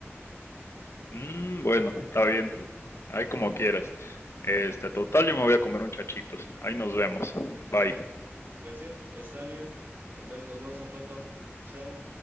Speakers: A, on the left; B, on the right.
A: Mm, bueno, está bien. Ahí como quieras. Este, total, yo me voy a comer un chachitos. Ahí nos vemos. Bye.
B: Pues sí, está bien. Entonces nos vemos al rato. Chao.